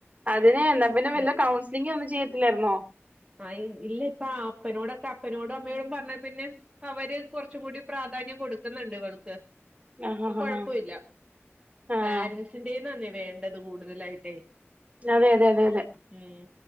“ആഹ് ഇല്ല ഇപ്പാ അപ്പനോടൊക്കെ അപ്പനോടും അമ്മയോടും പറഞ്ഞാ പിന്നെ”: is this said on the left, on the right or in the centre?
Right